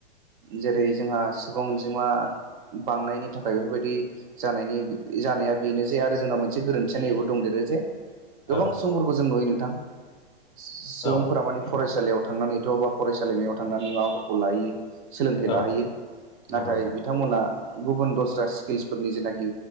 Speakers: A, on the right; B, on the left.
A: जेरै जोंहा सुबुं अनजिमा बांनायनि थाखाय बेफोरबायदि जानायनि जानाया बेनो जे आरो जोंना मोनसे गोरोन्थिया नैबेबो दंदेरो जे गोबां
B: औ
A: सुबुंफोरखौ जों नुयो नोंथां सुबुंफोरा
B: औ
A: माने फरायसालियाव थांनानै थ' बा फरायसालिमायाव थांनानै माबाफोरखौ लाहैयो सोलोंथाइ
B: औ
A: लाहैयो नाथाय
B: नंगौ
A: बिथांमोना गुबुन दस्रा स्किल्सफोरनि जेनाखि